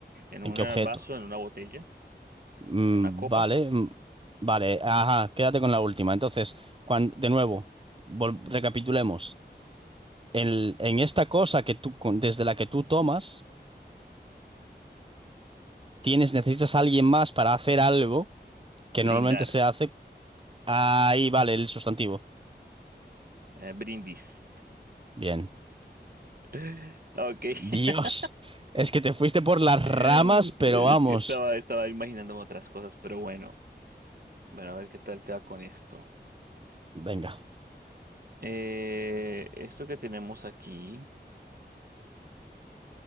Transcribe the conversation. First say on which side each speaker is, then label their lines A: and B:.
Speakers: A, on the right (about 55°); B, on the right (about 30°).
A: en
B: ¿En
A: un
B: qué objeto?
A: vaso, en una botella,
B: Mm,
A: en una copa.
B: Vale, mm, vale, ajá, quédate con la última. Entonces, cuan- de nuevo, vol- recapitulemos. El- en esta cosa que tú, con- desde la que tú tomas, tienes, necesitas a alguien más para hacer algo que
A: Brindar,
B: normalmente se hace. Ahí, vale, el sustantivo.
A: eh, brindis.
B: Bien.
A: <laughs> Ok. <laughs>
B: Dios, es que te fuiste por las
A: Es
B: ramas, pero vamos.
A: que estaba, estaba imaginándome otras cosas, pero bueno. Bueno, a ver qué tal te va con esto.
B: Venga,
A: Eh, esto que tenemos aquí.